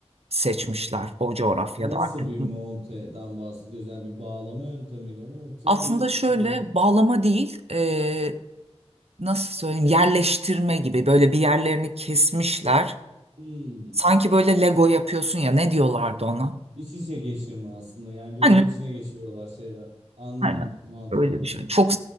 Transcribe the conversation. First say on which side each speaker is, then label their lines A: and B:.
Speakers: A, on the right; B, on the right.
A: seçmişler o coğrafyada
B: Nasıl
A: artık.
B: bir monteden bahsediyoruz? Yani bir bağlama yöntemiyle mi yoksa
A: Aslında
B: bir
A: şöyle
B: hani
A: bağlama değil, e, nasıl söyleyeyim yerleştirme gibi böyle bir yerlerini kesmişler.
B: hmm,
A: Sanki böyle Lego yapıyorsun ya ne diyorlardı ona?
B: iç içe geçirme aslında. Yani birbirlerinin
A: Hani
B: içine geçiriyorlar şeyler. Anladım
A: aynen
B: mantığını
A: öyle
B: anladım.
A: bir şey. Çok